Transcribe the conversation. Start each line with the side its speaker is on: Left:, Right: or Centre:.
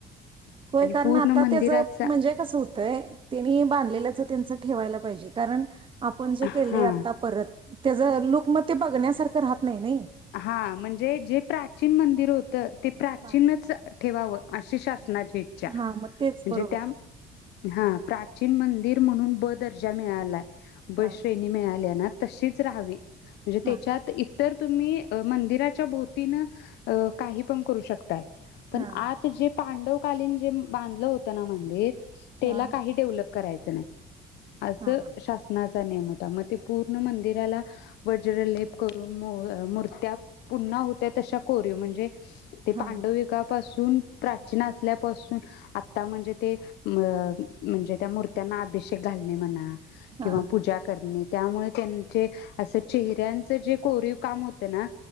Right: होय कारण
Left: पूर्ण
Right: आता
Left: मंदिराचा
Right: त्याच म्हणजे कस होतंय त्यांनी बांधलेल्याच त्यांच ठेवायला पाहिजे. कारण आपण जे
Left: हा
Right: केलय आता परत त्याज लुक मग ते बघण्यासारखं राहत नाय नाही.
Left: हा म्हणजे जे प्राचीन मंदिर होत. तर ते प्राचीनच
Right: हा
Left: ठेवावं. अशी शासनाची ईच्छा
Right: हा मग तेच
Left: म्हणजे
Right: बरोबर
Left: त्या
Right: आहे
Left: हा प्राचीन मंदिर म्हणून ब दर्जा मिळालाय. बस
Right: हा
Left: श्रेणी मिळाल्या नात तशीच रहावी. म्हणजे त्याच्यात
Right: हा
Left: इतर तुम्ही मंदिराच्या भोवतीनं काही पण करू शक काय पण
Right: हा
Left: आत जे पांडव कालीन जे बांधलं होतं ना मंदिर त्याला
Right: हा
Left: काही डेव्हलप करायचं नाय. असं
Right: हा
Left: शासनाचा नियम होता म पूर्ण मंदिराला वज्रलेप करून म मूर्ती त्या पुन्हा होत्या तशा कोरीव म्हणजे ते
Right: हा
Left: पांडविका
Right: हा
Left: पाासून प्रा असल्यापासून आता म्हणजे ते अ म्हणजे त्या मूर्त्यांना अभिषेक घालणे म्हणा
Right: हा
Left: किंवा पूजा करणे त्यामुळे त्यांचे असं चेहऱ्यांचं जे कोरीव काम होत तर ना